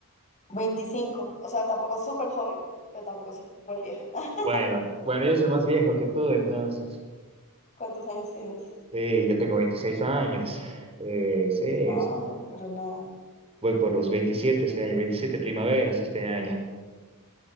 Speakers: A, on the left; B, on the right.
A: 25, o sea, tampoco súper joven, pero tampoco súper vieja. <laughs>
B: Bueno, bueno, yo soy más viejo que tú entonces.
A: ¿Cuántos años tienes?
B: Eh, yo tengo 26 años. Eh, sí, es-
A: Ah, no, pero nada.
B: voy por los 27 este año, 27 primaveras este año.